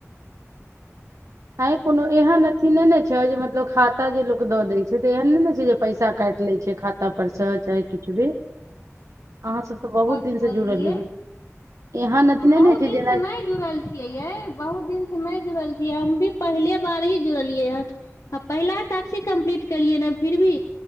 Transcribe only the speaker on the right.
आँय कोनो एहन अथि नहि ने छै जे मतलब खाता जे लोक दऽ दै छै तऽ एहन नहि ने छै जे पैसा काटि लै छै खातापर सँ चाहे किछु भी अहाँ सब तऽ बहुत
दिन
से जुड़ल हेबै एहन अथी
नहि
ने छै
जेना